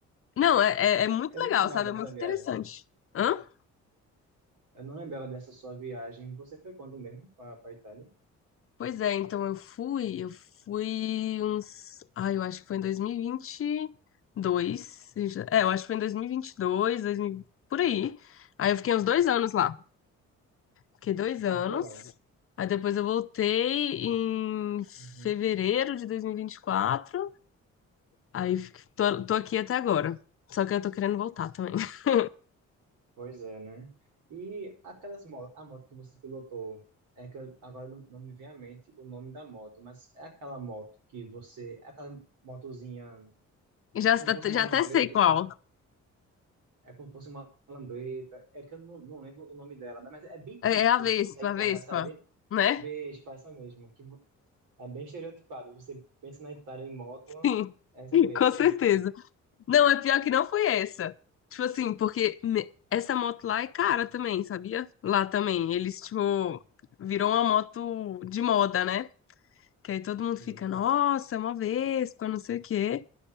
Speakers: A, on the left; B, on the right.
A: Não, é, é, é muito
B: Eu
A: legal,
B: não lembrava
A: sabe?
B: dessa
A: É muito
B: viagem.
A: interessante. Hã?
B: Eu não lembrava dessa sua viagem. Você foi quando mesmo para a Itália?
A: Pois é, então eu fui, eu fui uns. Ai, eu acho que foi em 2022. seja- É, eu acho que foi em 2022, 2000, por aí. Aí eu fiquei uns dois anos lá. Fiquei dois
B: Ah,
A: anos.
B: que legal.
A: Aí depois eu voltei em
B: Uhum.
A: fevereiro de 2024. Aí fico- tô, tô aqui até agora. Só que eu tô querendo voltar também. <laughs>
B: Pois é, né? E aquelas motos, a moto que você pilotou, é que eu, agora não, não me vem à mente o nome da moto, mas é aquela moto que você, é aquela motozinha,
A: Já,
B: como se fosse uma
A: já
B: lambreta,
A: até sei qual.
B: é como se fosse uma lambreta, é que eu não, não lembro o nome dela, mas é bem típico
A: É é a Vespa,
B: da Itália,
A: a Vespa,
B: sabe?
A: né?
B: Vespa, essa mesmo, que vo- é bem estereotipado. Você pensa na Itália em moto,
A: Sim,
B: essa
A: <laughs>
B: Vespa.
A: com certeza. Não, é pior que não foi essa. Tipo assim, porque me- essa moto lá é cara também, sabia? Lá também. Eles, tipo, virou uma moto de moda, né? Que aí todo mundo
B: Hum,
A: fica, nossa, é uma Vespa, não sei o quê.